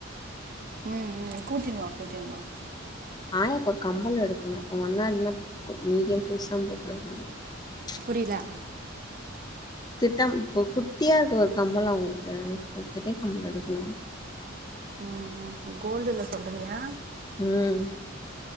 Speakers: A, on the right; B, on the left.
A: ம் ம் கூட்டின் வா கூட்டின் வா
B: ஆயாக்கு ஒரு கம்பல் எடுக்கணும் உங்க என்ன்னா என்ன மீடியம் சைஸ் தான் <inaudible>
A: புரில
B: திட்டம் குட்டியா இருக்கு ஒரு கம்பல் அவங்களுக்கு ஒரு பெரிய கம்பல் எடுக்கணும்
A: ம் ம் கோல்டுல சொல்றியா
B: ம்